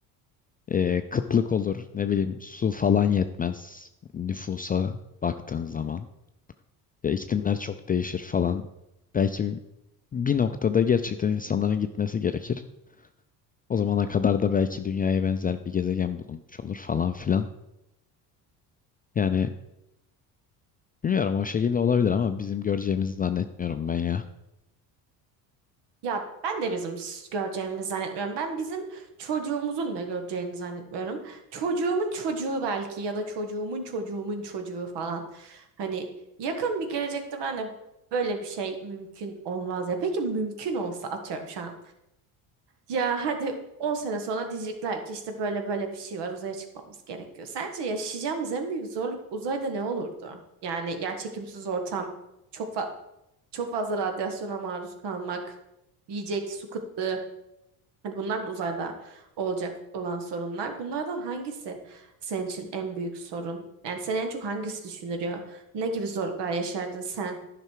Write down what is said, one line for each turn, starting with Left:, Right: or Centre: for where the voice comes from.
Left: E, kıtlık olur ne bileyim su falan yetmez nüfusa baktığın zaman. Ya iklimler çok değişir falan. Belki bir noktada gerçekten insanların gitmesi gerekir. O zamana kadar da belki dünyaya benzer bir gezegen bulunmuş olur falan filan. Yani bilmiyorum o şekilde olabilir ama bizim göreceğimizi zannetmiyorum ben ya.
Right: Ya ben de bizim s- göreceğimizi zannetmiyorum. Ben bizim çocuğumuzun da göreceğini zannetmiyorum. Çocuğumun çocuğu belki ya da çocuğumun çocuğumun çocuğu falan. Hani yakın bir gelecekte ben de böyle bir şey mümkün olmaz ya. Peki mümkün olsa atıyorum şu an. Ya hadi 10 sene sonra diyecekler ki işte böyle böyle bir şey var uzaya çıkmamız gerekiyor. Sence yaşayacağımız en büyük zorluk uzayda ne olurdu? Yani yerçekimsiz ortam çok fa- çok fazla radyasyona maruz kalmak, yiyecek, su kıtlığı. Hani bunlar da uzayda olacak olan sorunlar. Bunlardan hangisi senin için en büyük sorun? Yani seni en çok hangisi düşündürüyor? Ne gibi zorluklar yaşardın sen?